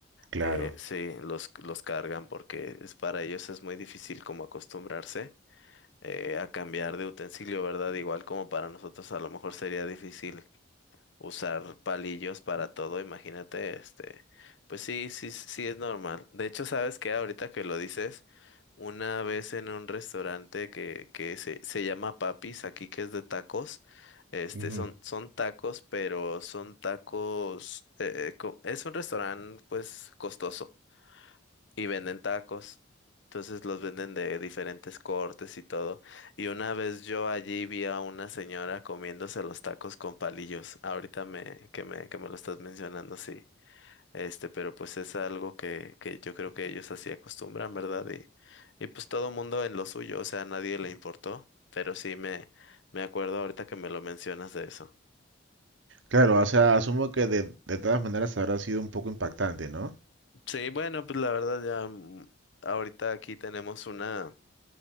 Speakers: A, on the right; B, on the left.
A: Claro.
B: Eh, sí, los, los cargan porque es, para ellos es muy difícil como acostumbrarse eh, a cambiar de utensilio, ¿verdad? Igual como para nosotros a lo mejor sería difícil usar palillos para todo, imagínate, este, pues sí, sí, sí es normal. De hecho, ¿sabes qué? Ahorita que lo dices, una vez en un restaurante que, que se, se llama Papis, aquí que es de tacos, este,
A: Ujú.
B: son, son tacos, pero son tacos, eh, eh, co- es un restaurante, pues, costoso y venden tacos. Entonces los venden de diferentes cortes y todo. Y una vez yo allí vi a una señora comiéndose los tacos con palillos. Ahorita me, que me, que me lo estás mencionando, sí. Este, pero pues es algo que, que yo creo que ellos así acostumbran, ¿verdad? Y, y pues todo mundo en lo suyo, o sea, a nadie le importó. Pero sí me, me acuerdo ahorita que me lo mencionas de eso.
A: Claro, o sea, asumo que de, de todas maneras habrá sido un poco impactante, ¿no?
B: Sí, bueno, pues la verdad ya mm, ahorita aquí tenemos una.